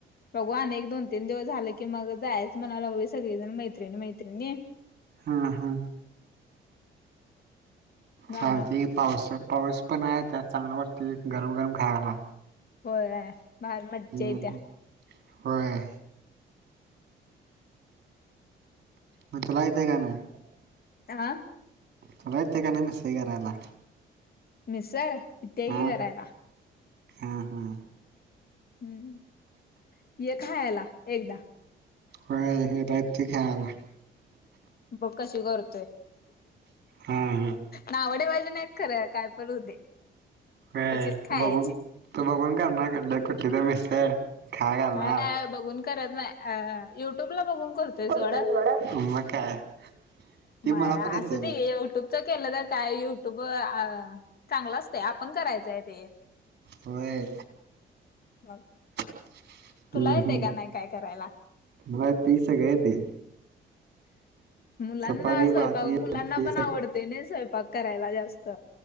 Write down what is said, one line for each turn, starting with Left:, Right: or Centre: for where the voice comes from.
Left: बघू अनेक दोन-तीन दिवस झाले की मग जायच म्हणालोय सगळीजण मैत्रिणी मैत्रिणी.
Right: हा हा.
Left: जाणार
Right: चालतंय पाऊस पाऊस पण आहे त्यात चांगलं वाटते गरम गरम खायला
Left: होय भारी मज्जा
Right: हम्म
Left: येत्या
Right: होय मग चलायच का नाही?
Left: <unintelligible>
Right: तुला येत का नाही मिक्स करायला
Left: मिसळ इत्याग
Right: हा
Left: करायला.
Right: हा हा
Left: हम्म ये खयाला एकदा
Right: होय एकदा येतो कि खायला
Left: बघ कशी करतोय
Right: हा हा.
Left: नाव ठेवायचं नाही आहेत खरं काय पणू दे
Right: का
Left: तसेच खायचे.
Right: बघ तू बघून करणार कुठली तर मिसळ खायला घालणार
Left: नाही नाही बघून करत नाही अ युट्यूबला बघून करतोय सोड.
Right: करत मग काय ती
Left: मग
Right: मला पण येते
Left: असं दे
Right: मग.
Left: युट्युब मुळे केलं तर काय युट्यूब चांगला असतं आपण करायचंय ते
Right: होय
Left: मग
Right: हम्म
Left: तुला येतंय
Right: हम्म
Left: का नाही काय करायला?
Right: मला ते सगळं येतोय
Left: मुलांना
Right: चपाती,
Left: स्वयंपाक
Right: भाजी,
Left: मुलांना
Right: आमटी
Left: पण
Right: सगळं
Left: आवडत तेने स्वयंपाक करायला जास्त